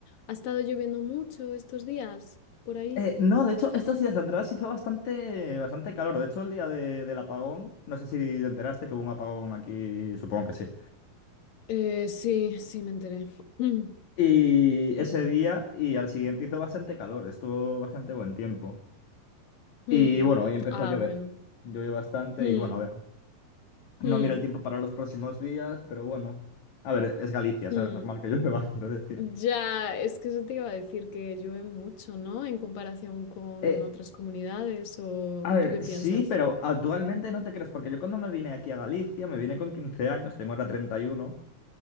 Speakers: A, on the left (about 70°); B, on the left (about 55°).
A: ¿Ha estado lloviendo mucho estos días por ahí?
B: Eh, no, de hecho, estos días atrás hizo bastante, bastante calor. De hecho, el día de- del apagón, no sé si te enteraste que hubo un apagón aquí, supongo que sí.
A: Eh, sí, sí, me enteré. Mm,
B: Y
A: mm,
B: ese día y al siguiente hizo bastante calor, estuvo bastante buen tiempo. Y
A: mm.
B: bueno, hoy empezó
A: Ah,
B: a llover.
A: bueno.
B: Llovió bastante
A: Mm.
B: y bueno, a ver, no
A: Hmm,
B: miro el tiempo para los próximos días, pero bueno. A ver, es Galicia,
A: hmm.
B: ¿sabes? Normal que llueva, <laughs> quiero decir.
A: Ya, es que eso te iba a decir que llueve mucho, ¿no? En comparación con
B: Eh,
A: otras comunidades, ¿o
B: a ver,
A: tú qué
B: sí,
A: piensas?
B: pero actualmente no te crees, porque yo cuando me vine aquí a Galicia, me vine con 15 años, tengo ahora 31,